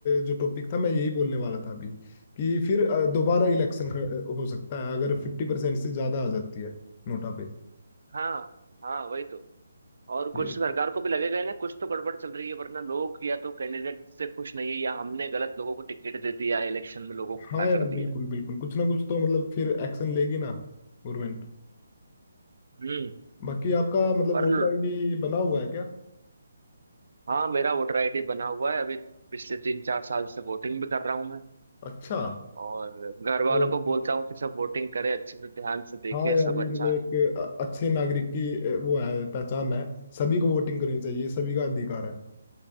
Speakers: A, on the left; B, on the right.
A: जो टॉपिक था मैं यही बोलने वाला था अभी कि फिर अ, दोबारा इलेक्शन हो सकता है अगर फिफ्टी परसेंट से ज्यादा आ जाती है नोटा
B: हाँ हाँ वही तो और
A: पे
B: कुछ सरकार को भी लगेगा ही ना कुछ तो गड़बड़ चल रही है वरना लोग या तो कैंडिडेट से खुश नहीं है या हमने गलत लोगों को टिकट दे दिया इलेक्शन में लोगों को
A: हाँ
B: खड़ा
A: यार
B: कर दिया
A: बिल्कुल बिल्कुल कुछ ना कुछ तो मतलब फिर एक्शन लेगी ना गवर्नमेंट
B: हम्म
A: बाकी आपका मतलब
B: पर
A: वोटर
B: ल-
A: आईडी बना हुआ है क्या
B: हाँ मेरा वोटर आईडी बना हुआ है अभी पिछले तीन चार साल से वोटिंग भी कर रहा हूँ मैं
A: अच्छा
B: और घर वालों
A: तो
B: को बोलता हूँ कि सब वोटिंग करें अच्छे से ध्यान से देखें
A: हाँ यार
B: सब
A: ये
B: अच्छा
A: मतलब एक अ- अच्छे नागरिक की अ, वो है पहचान है सभी को वोटिंग करनी चाहिए सभी का अधिकार है